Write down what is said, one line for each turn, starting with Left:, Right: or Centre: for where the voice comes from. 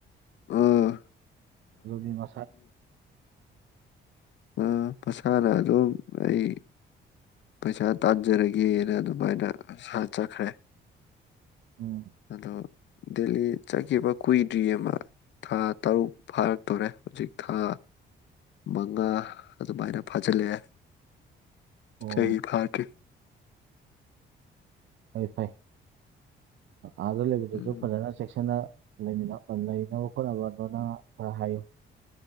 Left: ꯑꯥ
Right: ꯍꯂꯗꯤ ꯃꯁꯥꯏ
Left: ꯑ ꯃꯁꯥꯅ ꯑꯗꯨꯝ ꯑꯩ ꯄꯩꯁꯥ ꯇꯥꯟꯖꯔꯒꯦꯅ ꯑꯗꯨꯃꯥꯏꯅ ꯆꯠꯈ꯭ꯔꯦ
Right: ꯎꯝ
Left: ꯑꯗ ꯗꯦꯜꯂꯤ ꯆꯥꯀꯤ ꯑꯃ ꯀꯨꯏꯗ꯭ꯔꯤꯌꯦ ꯑꯃ ꯊꯥ ꯇꯔꯨꯛ ꯐꯥꯔꯛꯇꯣꯔꯦ ꯍꯧꯖꯤꯛ ꯊꯥ ꯃꯉꯥ ꯑꯗꯨꯃꯥꯏꯅ ꯐꯥꯖꯤꯜꯂꯑꯦ
Right: ꯑꯣ
Left: ꯆꯍꯤꯍꯤ ꯈꯥꯠ
Right: ꯐꯩ ꯐꯩ ꯑꯥꯗ ꯂꯩꯕꯗꯨꯁꯨ
Left: ꯎꯝ
Right: ꯐꯖꯅ ꯆꯦꯛꯁꯤꯟꯅ ꯂꯩꯃꯤꯄ ꯂꯩꯅꯕ ꯈꯣꯠꯅꯕ ꯑꯗꯨꯅꯪ ꯈꯔ ꯍꯥꯏꯌꯨ